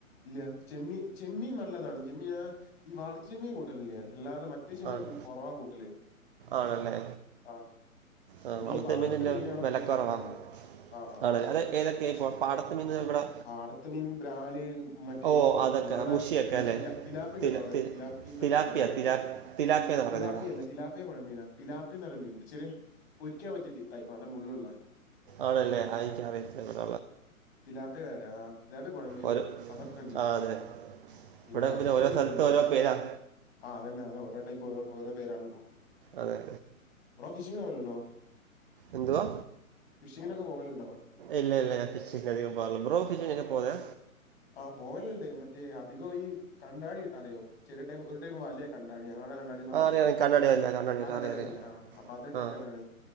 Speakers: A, on the left; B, on the right.
A: ഇല്ല ചെമ്മീ ചെമ്മീ നല്ലതാണ് ചെമ്മി ഞാൻ ഈ വാളർത്ത ചെമ്മീൻ കൂട്ടലില്ലാ അല്ലാതെ മറ്റ.. മറ്റേ ചെമ്മീൻ
B: ആണ്
A: കെറവാ കുട്ടാല്
B: ആണല്ലേ
A: അ..
B: ആ
A: പിന്നെ
B: വളർത്തു
A: ഈ പാടത്തെ
B: മീനിൻ്റെ
A: മീനുകളൊക്കെ
B: വിലക്കുറവാ
A: ഇഷ്ടാണ് ആ ആ്
B: ആണല്ലേ
A: ആ്
B: അത്
A: ആ
B: ഏതൊക്കെ ഇപ്പോൾ പാടത്ത് മീൻ ഇവിടെ
A: പാടത്ത് മീൻ ബ്രാല് മറ്റേ
B: ഓ അതൊക്കെ
A: നിങ്ങളുടെ
B: മുഷിയൊക്കെ അല്ലേ
A: പിലാപ്പി ഉണ്ട്
B: തില
A: നിങ്ങളടെ
B: തി-
A: പിലാപ്പിന്ന്
B: തിലാപ്പിയ
A: എന്താ പറയാൻറില്ല
B: തിലാ തിലാപ്പിയ എന്ന് പറയുന്നത്
A: പിലാപ്പി
B: ഇവിടെ
A: അല്ലേ പിലാപ്പി പൊയ മീനാ പിലാപ്പി നിറ മീൻണ്ട് ചെറിയ പൊരിക്കാൻ പറ്റിയ ടപ്പ് ആണ്ല്ല മുള്ളുള്ള
B: അതെ അതെ എനിക്കറിയത്തില്ല
A: പിലാപ്പി വരാ ആ വേറപുഴമീനാ
B: ഓരോ
A: അതൊക്കെ ഉണ്ട്
B: ആ അതെ
A: പിന്നെ
B: ഇവിടെ
A: അത്
B: ഓരോ
A: കിട്ടലുണ്ട്
B: സ്ഥലത്ത് ഓരോ പേരാ
A: ആ അതന്നെ അത ഓരോ ടൈപ്പ് ഓ ഓരോ പേരാണോ..
B: അതെ
A: ഓന്ഫിഷിനാണല്ലോ
B: എന്തുവാ
A: ഫിഷിങ്ങിനൊക്കെ പോവലുണ്ടോ
B: ഇല്ല ഇല്ല ഞൻ ഫിഷിഅികംടില്ല ബ്രോ ഫിഷ്ങ്ങക്ക് പോകെ
A: ആ പോവലുണ്ട് മറ്റേ അധികം കണ്ടാടി അറിയോ ചെറിയടൈപ്പ് ഒരു ടപ്പ് വലിയ കണ്ടാടി അങ്ങടെ കണ്ടാടി
B: ആ
A: പറയാ
B: അറിയാം അറിയാം. കണ്ണാടി വല്ല കണ്ണാടി
A: ആ
B: വല്ല
A: കന്നടിരല്ലേ
B: അറിയാം അറിയാം
A: ആ് അപ്പൊ അത്ട്ടക്കലാണ്
B: ആ